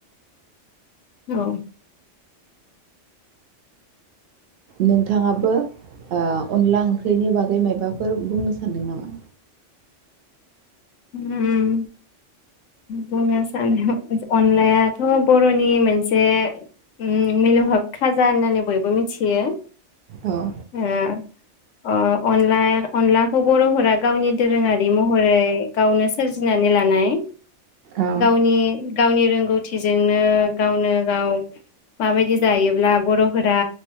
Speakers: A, on the left; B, on the right.
A: औ
B: नोंथाङाबो ओ अनला ओंख्रिनि बागै मायबाफोर बुंनो सान्दों नामा?
A: उम बुंनो साना अनलायाथ' बर'नि मोनसे उम मिलौहाब खाजा होननानै बयबो मिथियो
B: औ
A: हो अ अनला अनलाखौ बर'फोरा गावनि दोरोङारि महरै गावनो सोरजिनानै लानाय
B: औ
A: गावनि गावनि रों रोंगौथिजोंनो गावनो गाव माबायदि जायोब्ला बर'फोरा